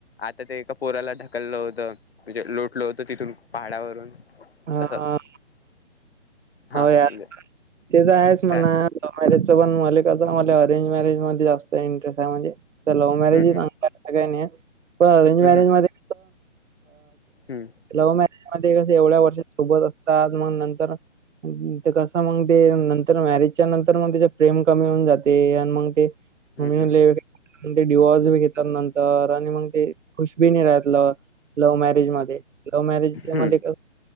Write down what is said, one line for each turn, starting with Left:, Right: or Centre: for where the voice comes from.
Left: आता ते एका पोराला ढकललं होतं म्हणजे लोटलं होत तिथून पहाडावरून.
Right: हा,
Left: तसं हा
Right: हो यार
Left: म्हणजे
Right: ते तर आहेच म्हणा!
Left: काय
Right: लव मॅरेज पण मले क मला अरेंज मॅरेज मध्ये जास्त इंटरेस्ट आहे म्हजे तर लव मॅरेज
Left: हम्म
Right: सांग काही नाही पण अरेंज
Left: हम्म
Right: मध्ये
Left: हम्म
Right: लव्ह मॅरेज मध्ये कसं एवढ्या वर्षात सोबत असतात मग नंतर ते कसं मग ते नंतर मॅरेजच्या नंतर मग त्या प्रेम कमी होऊन जाते आणि मग ते
Left: हम्म
Right: मी म्हणलं डिवॉर्स बी घेतात नंतर आणि मग ते खुश बी नाही राहतलं. लव्ह मॅरेज मध्ये. लव्ह मॅरेज
Left: हम्म
Right: मध्ये क